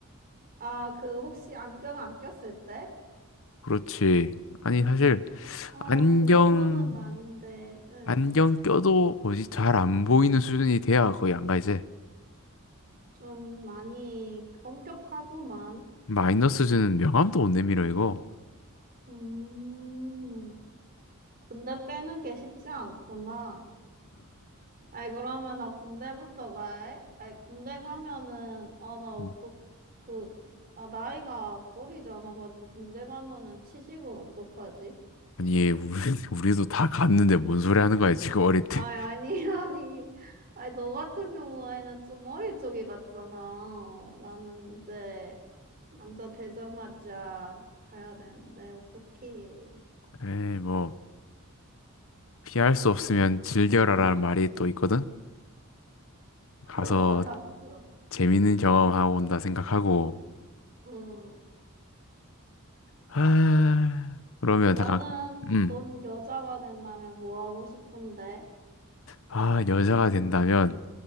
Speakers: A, on the right; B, on the left.
A: 아, 그 혹시 안경 안 꼈을 때?
B: 그렇지. 아니, 사실
A: 아,
B: 안경
A: 그 정도는 아닌데. 응.
B: 안경 껴도 뭐지 잘 안 보이는 수준이 돼야 거의 안 가 이제.
A: 좀 많이 엄격하구만.
B: 마이너스 수준은 명함도 못 내밀어 이거.
A: 음. 근데 빼는 게 쉽지 않구나. 아이, 그러면 나 군대부터 가. 아이, 군대 가면은, 아, 나 어떡,
B: 음.
A: 그, 나 나이가 어리지 않아가지고 군대 가면은 취직은 어떡하지?
B: 아니, 얘 우리, <laughs> 우리도 다 갔는데 뭔 소리 하는 거야, 지금 어릴 때.
A: 아이, 아니, <laughs> 아니. 아이, 너 같은 경우에는 좀 어릴 적이 같잖아. 나는 이제 남자 되자마자 가야 되는데, 어떡해.
B: 에이, 뭐 피할 수 없으면 즐겨라라는 말이 또 있거든.
A: <laughs>
B: 가서
A: 어, 알았어.
B: 재밌는 경험하고 온다 생각하고.
A: 응.
B: 아, 그러면
A: 너는,
B: 잠깐 음.
A: 넌 여자가 된다면 뭐 하고 싶은데?
B: 아, 여자가 된다면